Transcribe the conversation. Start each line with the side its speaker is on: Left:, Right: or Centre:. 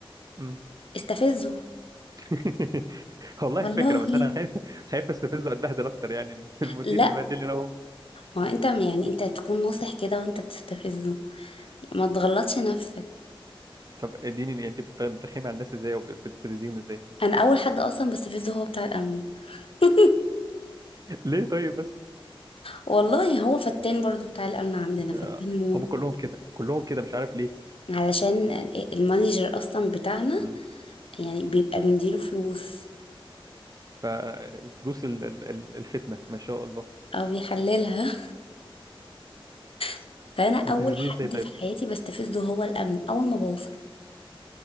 Right: امم
Left: استفزه
Right: <laughs> والله
Left: والله
Right: فكره بس انا خايف خايف استفز واتبهدل اكتر يعني الم- المدير
Left: لا
Right: يبهدلني لو
Left: ما هو انت يعني انت تكون ناصح كده وانت بتستفزه ما تغلطش نفسك
Right: طب اديني انت بت- بترخمي على الناس ازاي او بت- بتستفزيهم ازاي
Left: انا اول حد اصلا بستفزه هو بتاع الامن <laughs>
Right: <laughs> ليه طيب بس
Left: والله هو فتان برضو بتاع الامن عندنا فتان
Right: آه
Left: موت
Right: هم كلهم كده كلهم كده مش عارف ليه
Left: علشان ال- المانجر اصلا بتاعنا
Right: امم
Left: يعني بيبقى بنديله فلوس
Right: ففلوس ال- ال- ال- الفتنه ما شاء الله
Left: او بيحللها <laughs> فانا اول
Right: بتستفزني
Left: حد
Right: ازاي طيب
Left: في حياتي بستفزه هو الامن اول ما بوصل